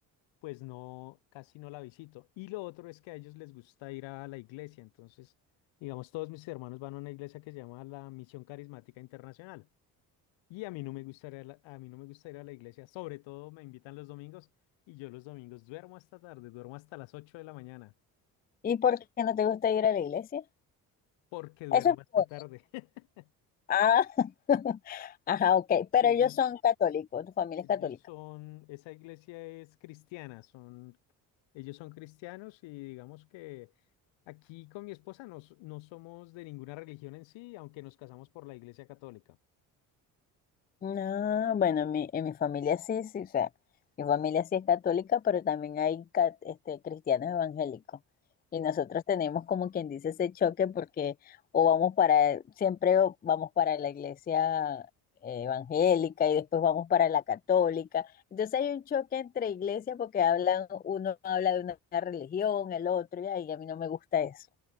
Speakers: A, on the left (about 80°); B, on the left (about 20°).
A: pues no, casi no la visito. Y lo otro es que a ellos les gusta ir a la iglesia, entonces, digamos, todos mis hermanos van a una iglesia que se llama la Misión Carismática Internacional. Y a mí no me gusta ir a la, a mí no me gusta ir a la iglesia, sobre todo me invitan los domingos y yo los domingos duermo hasta tarde, duermo hasta las 8 de la mañana.
B: ¿Y por qué no te gusta ir a la iglesia?
A: porque duermo
B: Eso es
A: hasta
B: por-
A: tarde. <laughs>
B: Ah, <laughs> ajá, ok. Pero
A: Y ellos,
B: ellos son católicos, tu familia
A: ellos
B: es católica.
A: son, esa iglesia es cristiana, son, ellos son cristianos y digamos que aquí con mi esposa nos- no somos de ninguna religión en sí, aunque nos casamos por la iglesia católica.
B: No, bueno, en mi, en mi familia sí, sí, o sea, mi familia sí es católica, pero también hay ca- este, cristianos evangélicos. Y nosotros tenemos como quien dice ese choque porque o vamos para, siempre o vamos para la iglesia eh, evangélica y después vamos para la católica. Entonces hay un choque entre iglesias porque hablan, uno habla de una religión, el otro, y ahí a mí no me gusta eso.